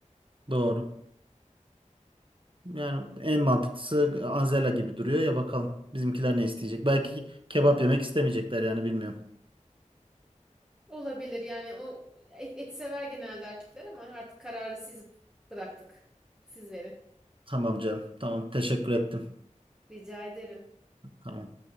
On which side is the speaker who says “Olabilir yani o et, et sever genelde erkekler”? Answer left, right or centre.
Centre